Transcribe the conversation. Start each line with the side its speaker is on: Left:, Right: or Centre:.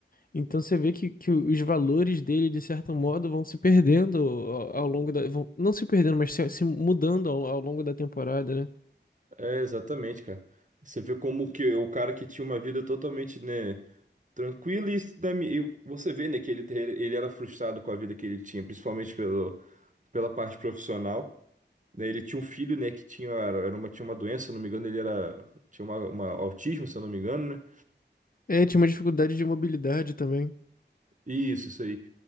Left: Então você vê que, que os valores dele, de certo modo, vão se perdendo ao, ao longo da. Vão, não se perdendo, mas se, se mudando ao, ao longo da temporada, né?
Right: É, exatamente, cara. Você vê como que o cara que tinha uma vida totalmente, né? tranquilo e isso dá- e você vê, né, que ele, te- ele era frustrado com a vida que ele tinha, principalmente pelo, pela parte profissional, né? ele tinha um filho, né, que tinha, era era uma, tinha uma doença, se eu não me engano, ele era, tinha uma, uma autismo, se eu não me engano, né,
Left: É, tinha uma dificuldade de mobilidade também.
Right: isso, isso aí,